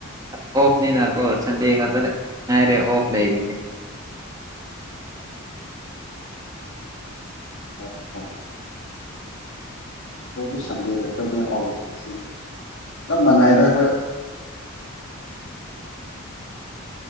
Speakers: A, on the right (about 15°); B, on the left (about 60°).
A: ꯑꯣꯐ ꯅꯤꯅꯀꯣ ꯁꯟꯗꯦ ꯉꯠꯇ ꯉꯥꯏꫪ‌ꯦ ꯑꯣꯐ ꯂꯩꯁꯤꯁ‌ꯦ
B: <unintelligible> ꯑꯩꯈꫭꯁꯨ ꯁꯟꯗ‌ꯦ ꯈꯛꯇꯅꯦ ꯑꯣꯐ ꯂꯩꫪꯤꯁ‌ꯦ ꯆꯞ ꯃꯟꯅꯏꯗ ꯑꯩꯈꯣꯏ